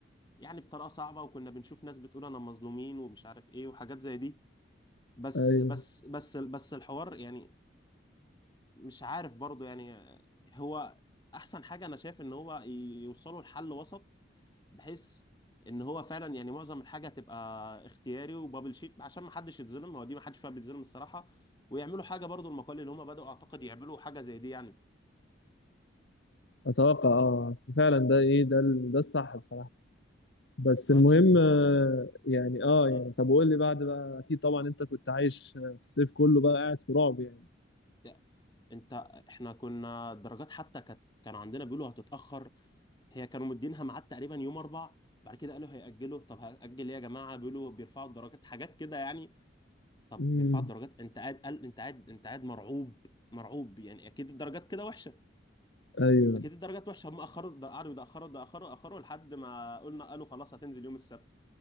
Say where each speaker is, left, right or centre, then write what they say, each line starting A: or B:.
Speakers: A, on the left; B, on the left.
A: يعني بطريقه صعبه وكنا بنشوف ناس بتقول انا مظلومين ومش عارف ايه وحاجات زي دي بس
B: ايوه
A: بس بس بس الحوار يعني مش عارف برضو يعني هو احسن حاجة انا شايف ان هو يوصلوا لحل وسط بحيث ان هو فعلا يعني معظم الحاجة تبقى اختياري وبابل شيت عشان ما حدش يتظلم هو دي ما حدش فيها بيتظلم الصراحة ويعملوا حاجة برضو المقال اللي هم بدأوا اعتقد يعملوا حاجة زي دي يعني
B: اتوقع اه أصل فعلا ده ايه ده ال- ده الصح بصراحه بس
A: وهنشوف
B: المهم آه، يعني اه
A: مم.
B: يعني طب وقول لي بعد بقى اكيد طبعا انت كنت عايش آه، في الصيف كله بقى قاعد في رعب يعني
A: ده- انت احنا كنا الدرجات حتى كانت كانوا عندنا بيقولوا هتتأخر هي كانوا مدينها ميعاد تقريبا يوم اربع بعد كده قالوا هيأجلوا طب هأجل ايه يا جماعه بيقولوا بيرفعوا الدرجات حاجات كده يعني طب
B: امم
A: بيرفعوا الدرجات انت قاعد قال انت قاعد انت قاعد مرعوب مرعوب يعني اكيد الدرجات كده وحشه
B: ايوه
A: اكيد الدرجات وحشه هم اخروا ده قعدوا يتاخروا يتاخروا اخروا لحد ما قلنا قالوا خلاص هتنزل يوم السبت